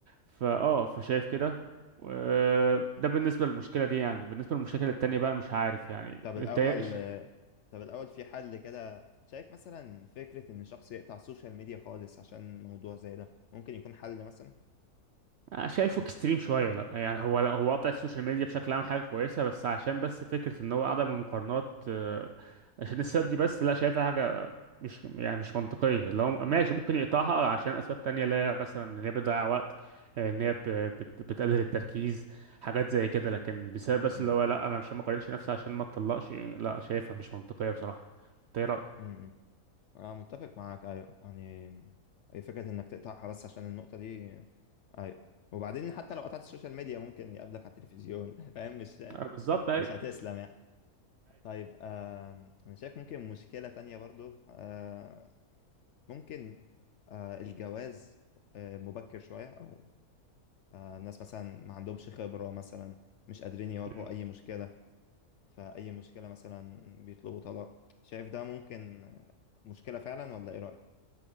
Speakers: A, on the right; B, on the left.
A: فاه فشايف كده و- ده بالنسبه للمشكله دي يعني بالنسبه للمشاكل التانية بقى مش عارف يعني
B: طب
A: انت
B: الأول
A: إيه-
B: طب الأول في حل كده شايف مثلا فكرة إن شخص يقطع السوشيال ميديا خالص عشان موضوع زي ده ممكن يكون حل مثلا
A: آه، شايفه اكستريم شويه لا يعني هو لا هو قطع السوشيال ميديا بشكل عام حاجه كويسه بس عشان بس فكره ان هو عدم المقارنات آه، عشان السبب دي بس لا شايفها حاجه مش يعني مش منطقيه لو ماشي ممكن يقطعها عشان اسباب تانية لا مثلا ان هي بتضيع وقت آه، ان هي ب- بت- بتقلل التركيز حاجات زي كده لكن بسبب
B: امم
A: بس اللي هو لا انا مش ما اقارنش نفسي عشان ما اتطلقش لا شايفها مش منطقيه بصراحه إنت ايه رايك
B: امم أنا متفق معاك أيوه يعني أي فكرة إنك تقطعها بس عشان النقطة دي أيوه وبعدين حتى لو قطعت السوشيال ميديا ممكن يقابلك على التلفزيون <laughs> فاهم مش
A: آه، بالظبط اي
B: مش هتسلم يعني طيب آه أنا شايف ممكن مشكلة تانية برضو آه ممكن آه الجواز آه مبكر شوية أو آه، الناس مثلا ما عندهمش خبرة مثلا مش قادرين يواجهوا
A: اي
B: أي مشكلة فأي مشكلة مثلا بيطلبوا طلاق شايف ده ممكن آه، مشكلة فعلا ولا إيه رأيك؟